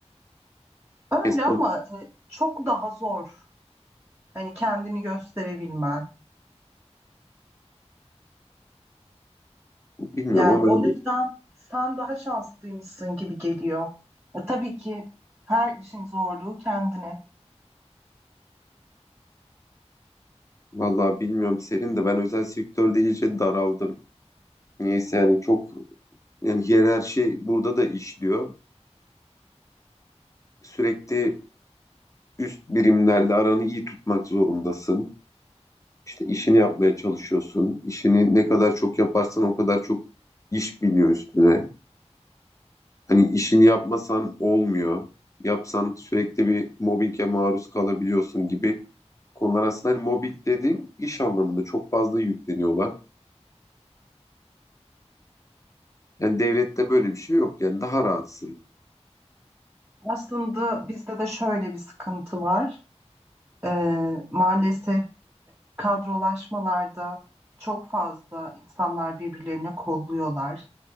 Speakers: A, on the right; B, on the left.
A: Öyle
B: Kesin
A: ama e, çok daha zor. Hani kendini gösterebilmen.
B: bilmiyorum
A: Yani
B: ama
A: o
B: ben
A: yüzden sen daha şanslıymışsın gibi geliyor. E, tabii ki her işin zorluğu kendine.
B: vallahi bilmiyorum Serin de ben özel sektörde iyice daraldım. Niyeyse yani çok yani hiyerarşi burada da işliyor sürekli üst birimlerle aranı iyi tutmak zorundasın. İşte işini yapmaya çalışıyorsun. İşini ne kadar çok yaparsan o kadar çok iş biniyor üstüne. Hani işini yapmasan olmuyor. Yapsan sürekli bir mobbinge maruz kalabiliyorsun gibi konular aslında hani mobbing dediğim iş anlamında çok fazla yükleniyorlar. Yani devlette böyle bir şey yok. Yani daha rahatsın.
A: Aslında bizde de şöyle bir sıkıntı var. E, maalesef kadrolaşmalarda çok fazla insanlar birbirlerini kolluyorlar.